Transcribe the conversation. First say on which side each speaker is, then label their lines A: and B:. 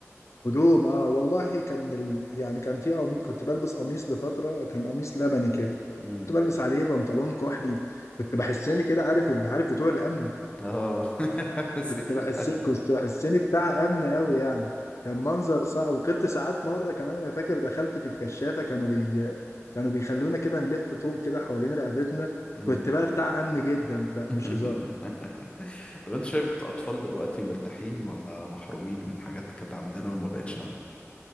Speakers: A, on the left; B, on the left.
A: هدوم اه والله كان ال... يعني كان في قميص كنت بلبس قميص لفتره كان قميص لبني كده
B: امم
A: كنت بلبس عليه بنطلون كحلي كنت بحسني كده عارف اللي عارف بتوع الامن
B: اه <laughs> سكيور
A: كنت بحس كنت بحسني بتاع امن قوي يعني كان منظر صعب وكنت ساعات مره كمان انا فاكر دخلت في الكشافه كانوا بي كانوا بيخلونا كده نلف طوق كده حوالين رقبتنا
B: امم
A: كنت بقى بتاع امن جدا بقى
B: <laughs>
A: مش هزار
B: طب انت شايف الاطفال دلوقتي مرتاحين ولا محرومين من حاجات كانت عندنا وما بقتش